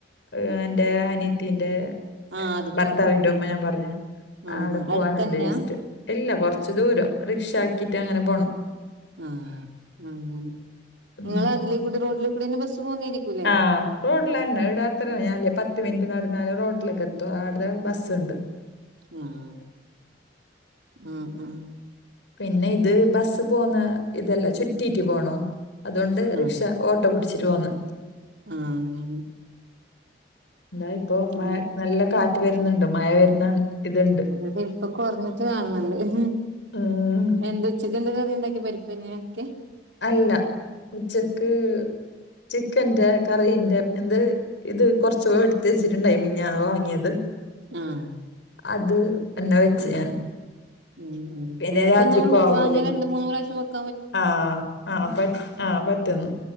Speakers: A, on the left; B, on the right.
A: ഇഹ് എന്റെ അനീത്തിന്റെ
B: ആഹ് അത്
A: ഭർത്താവിന്റെ
B: പറഞ്ഞു ഉം
A: ഉമ്മ ഞാൻ പറഞ്ഞ്
B: ആഹ്
A: ആടെ
B: ആഹ്
A: പോവാനുണ്ട്
B: അടുത്തന്നെയാ
A: ജസ്റ്റ് ഇല്ല കുറച്ച് ദൂരം റിക്ഷ ആക്കിയിട്ട് അങ്ങനെ പോകണം
B: ആഹ് അങ്ങനെ നിങ്ങള
A: ഉം
B: അതിലേ കൂടി റോഡിലേ കൂടെന്നും ബസ്സ് പോവുന്നേയിരിക്കൂല്ലേ
A: ആഹ് റോഡിലന്നെ ഇവിടെ അത്ര യെലാ പത്ത് മിനിറ്റ് നടന്നാല് റോഡിലേക്ക് എത്തും ആട്ന്ന് ബസ്ണ്ട്
B: ആഹ് ആഹ് ആഹ്
A: പിന്നെ ഇത് ബസ്സ് പോന്ന ഇതല്ല ചുറ്റീറ്റ് പോണോം അതുകൊണ്ട്
B: ആഹ്
A: റിക്ഷ ഓട്ടോ പിടിച്ചിട്ട് പോന്ന്
B: ആഹ് അങ്ങനെ
A: എന്താ ഇപ്പൊ
B: ഉം
A: മഴ നല്ല കാറ്റ് വരുന്നുണ്ട് മഴ വരുന്ന ഇതുണ്ട്
B: ഇവിടെ ഇപ്പൊ കുറഞ്ഞിട്ട് കാണ് ന്ന് ണ്ട്
A: ഉം.
B: എന്ത ഉച്ചക്ക് എന്ത് കറിണ്ടാക്കി പരിപ്പെന്നാക്കെ
A: അല്ല ഉച്ചക്ക് ചിക്കന്റെ കറീന്റെ എന്ത് ഇത് കൊറച്ചൂ എടുത്ത് വച്ചിട്ട്ണ്ടായി മിഞ്ഞാന്ന് വാങ്ങിയത്
B: ആഹ്
A: അത് അന്നെ വെച്ച് ഞാൻ
B: ഉം ഉം
A: പിന്നെ
B: ങ്ങക്കൊന്നു
A: രാത്രിക്കും ആവുവല്ലല്ലോ
B: വാങ്ങിയ രണ്ട് മൂന്ന് പ്രാവശ്യം വെ
A: ആഹ് ആഹ് പ ആഹ് പറ്റ്ന്നു